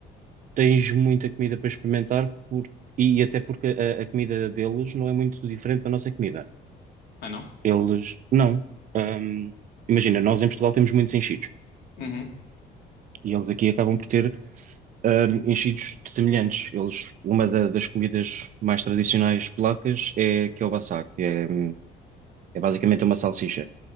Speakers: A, on the right; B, on the left.
A: tens muita comida para experimentar por- e até porque a a comida deles não é muito diferente da nossa comida.
B: Ah, não?
A: Eles não. Ahm, imagina, nós em Portugal temos muitos enchidos
B: Uhum,
A: e eles aqui acabam por ter ahm, enchidos semelhantes. Eles, uma da- das comidas mais tradicionais polacas é kielbasa, que é, hum, é basicamente uma salsicha,